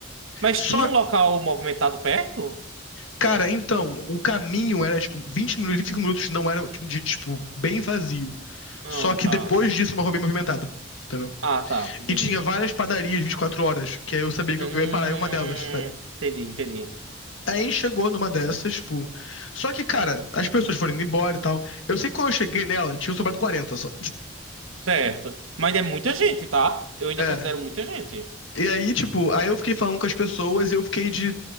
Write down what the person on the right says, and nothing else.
Mas
tinha um local movimentado perto?
Ah,
tá.
Ah, tá. Entendi.
Hum,
entendi, entendi.
Certo. Mas é muita gente, tá? Eu ainda
considero muita gente.